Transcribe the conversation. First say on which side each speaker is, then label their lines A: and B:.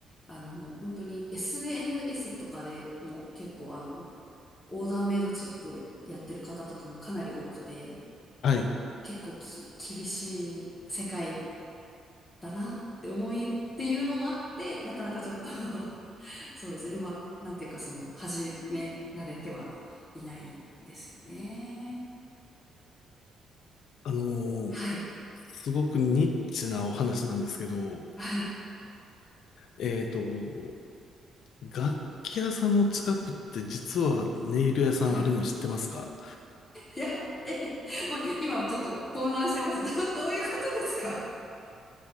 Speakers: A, on the left; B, on the left.
A: あのもう本当に SNS とかでもう結構あの、オーダーメイドチップやってる方とかもかなり多くて、
B: はい。
A: 結構き、厳しい世界だなって思いっていうのもあって、なかなかちょっと <laughs> そうですね、うま、なんていうかその、始められてはいないですよね。
B: あのー
A: はい、
B: すごくニッチなお話なんですけど、
A: はい、
B: えっと、楽器屋さんの近くって実はネイル屋さんあるの知ってますか
A: はい。いや、え、もう今ちょっと混乱してます。<laughs> ど、どういうことですか